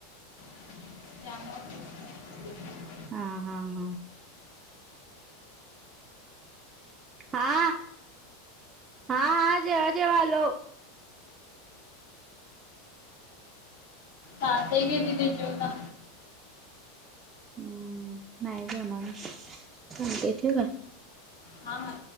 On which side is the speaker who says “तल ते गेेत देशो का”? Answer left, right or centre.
Left